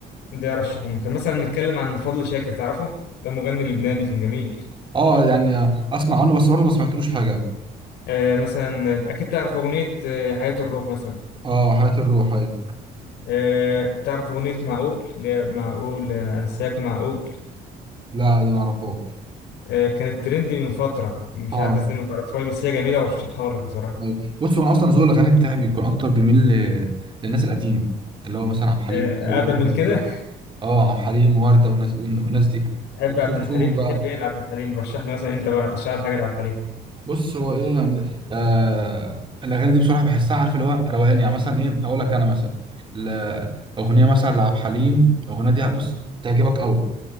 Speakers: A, on the left; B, on the right.
A: ده ارشحهم طب مثلا نتكلم عن فضل شاكر تعرفه ده مغني لبناني كان جميل
B: اه يعني اسمع عنه بس برضه ما سمعتلوش حاجه
A: آه مثلا اكيد تعرف اغنيه آه، حياه الروح مثلا
B: اه حياه الروح أيوة.
A: آه تعرف اغنيه معقول اللي هي معقول آه، انساك معقول
B: لا دي ما اعرفهاش
A: آه كانت ترندي من فتره مش
B: اه
A: عارف ازاي ما تعرفهاش بس هي جميله وارشحها لك بصراحه
B: أيوة. بص هو انا اصلا ذوق الاغاني بتاعي بيكون اكتر بيميل ل- للناس القديمه اللي هو مثلا عبد الحليم
A: آه،
B: او
A: أقدم
B: ورده
A: من
B: وكده
A: كده
B: اه عبد الحليم وورده والناس والناس دي
A: بحب
B: ام
A: عبد
B: كلثوم
A: الحليم بتحب
B: بقى
A: إيه لعبد الحليم رشح لي مثلا أنت بقى رشح لي حاجة لعبد الحليم
B: بص هو ايه يعني آه الاغاني دي بصراحه بحسها عارف اللي هو روقان يعني مثلا ايه هقول لك انا مثلا ل- اغنيه مثلا لعبد الحليم الاغنيه دي بص تعجبك قوي